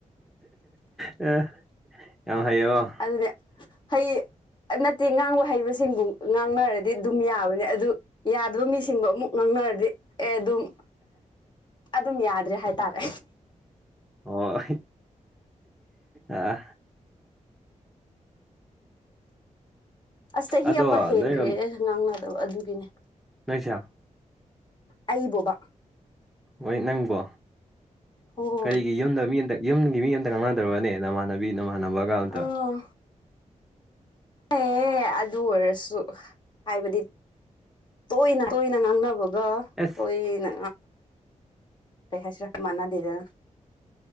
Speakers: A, in the centre; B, on the left.
A: ꯑ ꯌꯥꯝ ꯍꯥꯏꯌꯣ
B: ꯑꯗꯨꯗ ꯍꯩ ꯅꯠꯇꯦ ꯉꯥꯡꯕ ꯍꯩꯕꯁꯤꯡꯕꯨ ꯉꯥꯡꯅꯔꯗꯤ ꯑꯗꯨꯝ ꯌꯥꯕꯅꯦ ꯑꯗꯨ ꯌꯥꯗꯕ ꯃꯤꯁꯤꯡꯗꯣ ꯑꯃꯨꯛ ꯉꯥꯡꯅꯔꯗꯤ ꯑꯦ ꯑꯗꯨꯝ ꯑꯗꯨꯝ ꯌꯥꯗ꯭ꯔꯦ ꯍꯥꯏꯇꯥꯔꯦ
A: ꯑꯣ ꯑꯥ
B: ꯑꯁ ꯆꯍꯤ
A: ꯑꯗꯣ
B: ꯑꯃ ꯍꯦꯟꯈ꯭ꯔꯦ
A: ꯅꯣꯏꯔꯣꯝ
B: ꯑꯦ ꯉꯥꯡꯅꯗꯕ ꯑꯗꯨꯒꯤꯅꯦ
A: ꯂꯩꯏꯁ
B: ꯑꯩꯕꯨꯕꯥ
A: ꯍꯣꯏ ꯅꯪꯕꯣ
B: ꯍꯣꯏ
A: ꯀꯔꯤꯒꯤ ꯌꯨꯝꯗ ꯃꯤ ꯍꯟꯗꯛ ꯌꯨꯝꯒꯤ ꯃꯤ ꯑꯃꯝꯇ ꯀꯪꯅꯗ꯭ꯔꯕꯅꯦ ꯅꯃꯥꯟꯅꯕꯤ ꯅꯃꯥꯟꯅꯕꯒ ꯑꯝꯇ
B: ꯑꯥ ꯑꯦ ꯑꯗꯨ ꯑꯣꯏꯔꯁꯨ ꯍꯥꯏꯕꯗꯤ ꯇꯣꯏꯅ ꯇꯣꯏꯅ ꯅ ꯉꯥꯡꯅꯕꯒ
A: ꯑꯦꯁ
B: ꯇꫭꯛꯏ ꯅ ꯀꯩ ꯍꯥꯏꯁꯤꯔꯥ ꯃꯥꯟꯅꯗꯦꯗꯅ